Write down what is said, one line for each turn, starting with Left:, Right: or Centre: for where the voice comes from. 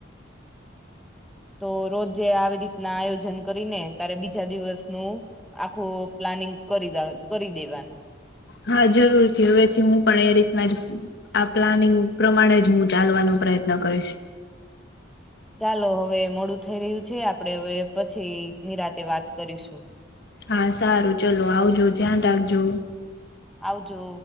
Centre: તો રોજે આવી રીતના આયોજન કરીને તારે બીજા દિવસનું આખું પ્લાનિંગ કરી કરી દેવાનું.
Left: હા, જરૂરથી હવેથી હું પણ એ રીતના જ આ પ્લાનિંગ પ્રમાણે જ હું ચાલવાનો પ્રયત્ન કરીશ.
Centre: ચાલો હવે મોડું થઈ રહ્યું છે, આપણે હવે પછી નિરાંતે વાત કરીશું.
Left: હા સારું, ચલો આવજો, ધ્યાન રાખજો.
Centre: આવજો.